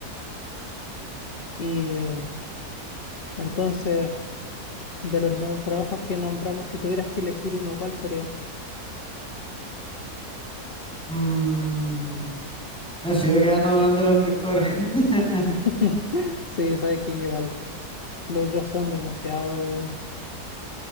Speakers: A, on the left (about 40°); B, in the centre.
A: Y eh, entonces, de los no trabajos que nombramos, si tuvieras que elegir uno, ¿cuál sería?
B: Mm, me sigo quedando con el de los pescadores. <laughs>
A: <laughs> Sí, sabes que yo igual. Los otros son demasiado,